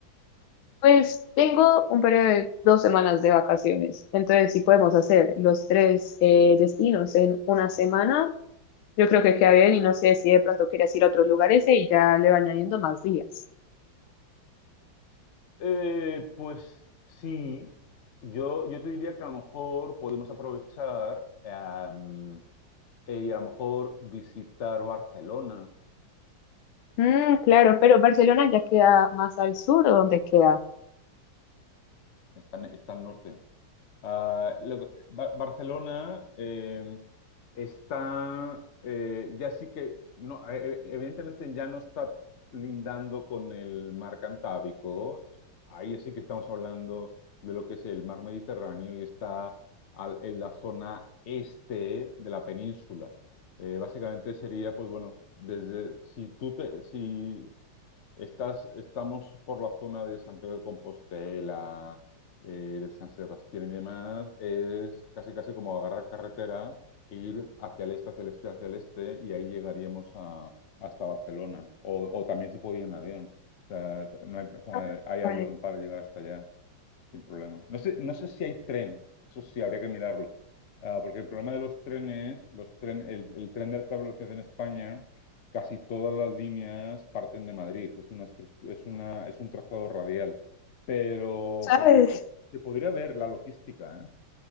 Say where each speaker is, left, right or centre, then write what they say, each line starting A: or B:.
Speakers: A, on the left (about 80°); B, on the left (about 60°).
A: Pues tengo un periodo de dos semanas de vacaciones, entonces si podemos hacer los tres eh, destinos en una semana, yo creo que queda bien y no sé si de pronto quieres ir a otros lugares e y ya le va añadiendo más días.
B: Eh, pues sí, yo, yo te diría que a lo mejor podemos aprovechar em, eh, y a lo mejor visitar Barcelona,
A: Mm, claro, pero Barcelona ya queda más al sur, ¿o dónde queda?
B: está, en- está al norte. Ah, lo- Ba- Barcelona eh, está, eh, ya sí que, no, eh, evidentemente ya no está lindando con el mar Cantábrico, ahí sí que estamos hablando de lo que es el mar Mediterráneo y está al- en la zona este de la península. Eh, básicamente sería, pues bueno, desde, si tú te, si Estás, estamos por la zona de Santiago de Compostela, eh, de San Sebastián y demás. Es casi casi como agarrar carretera e ir hacia el este, hacia el este, hacia el este, y ahí llegaríamos a, hasta Barcelona. O, o también se puede ir en avión. O sea, no hay, o sea,
A: Ah,
B: hay avión
A: Vale,
B: para llegar hasta allá sin problema. No sé, no sé si hay tren, eso sí, habría que mirarlo. Ah, porque el problema de los trenes, los tren, el, el tren de alta velocidad en España, casi todas las líneas parten de Madrid. Es una estructu- es una, es un trazado radial. Pero,
A: ¿sabes?
B: pero yo creo que se podría ver la logística, ¿eh?